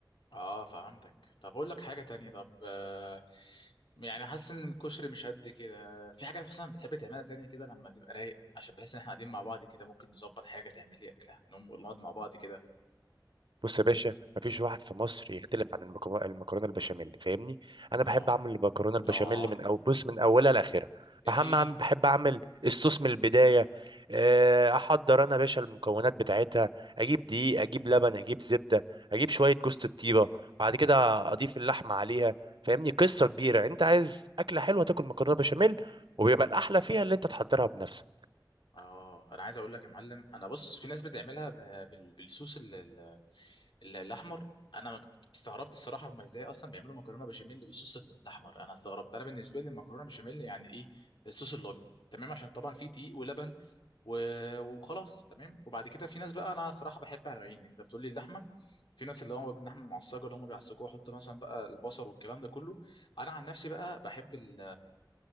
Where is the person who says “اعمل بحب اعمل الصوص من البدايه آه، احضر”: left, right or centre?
Right